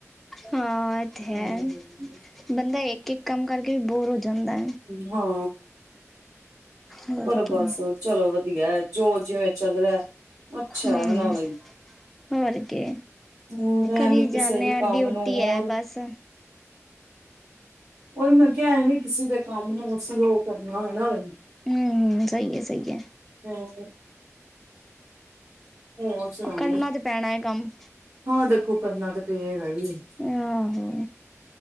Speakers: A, in the centre; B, on the right (about 75°).
A: ਹਾਂ ਏ ਤੇ ਹੈ,
B: ਹਮ
A: ਬੰਦਾ ਇੱਕ-ਇੱਕ ਕੰਮ ਕਰਕੇ ਬੋਰ ਹੋ ਜਾਂਦਾ।
B: ਹਾਂ।
A: ਹੋਰ
B: ਪਰ
A: ਕੀ
B: ਬਸ ਚਲੋ ਵਧੀਆ, ਜੋ ਜਿਵੇਂ ਚੱਲ ਰਿਹਾ, ਅੱਛਾ,
A: ਹੂੰ
B: ਹੈਨਾ ਵਈ।
A: ਹੋਰ ਕੀ
B: ਹੋਰ,
A: ਕਰੀ
B: ਐਵੀਂ ਕਿਸੇ
A: ਜਾਂਨੇ
B: ਵੀ
A: ਆ
B: ਕੰਮ
A: ਡਿਊਟੀ
B: ਨੂੰ ਹੋਰ।
A: ਹੈ ਬਸ
B: ਉਹੀ ਮੈਂ ਕਿਹਾ ਐਂਵੀ ਕਿਸੇ ਦੇ ਕੰਮ ਨੂੰ <unintelligible> ਕਰਨਾ, ਹਨਾਂ ਵੀ।
A: ਹੂੰ, ਸਹੀ ਹੈ, ਸਹੀ ਹੈ।
B: ਹੋਰ। ਹੋਰ ਸੁਣਾਓ
A: ਕਰਨਾ, ਤੇ ਪੈਣਾ ਕੰਮ।
B: ਹਾਂ, ਦੇਖੋ ਕਰਨਾ ਤਾਂ, ਪਏਗਾ ਈ।
A: ਆਹੋ,